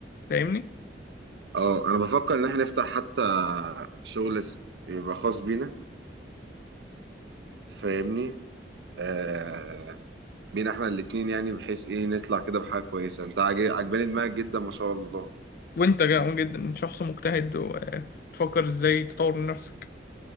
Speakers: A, on the left (about 55°); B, on the right (about 75°).
A: فاهمني؟
B: اه انا بفكر ان احنا نفتح حتى شغل س- يبقى خاص بينا فاهمني آه بينا احنا الاتنين يعني بحيث ايه نطلع كده بحاجة كويسة انت عاج- عجباني دماغك جدا ما شاء الله
A: وانت جامد جدا شخص مجتهد وتفكر ازاي تطور من نفسك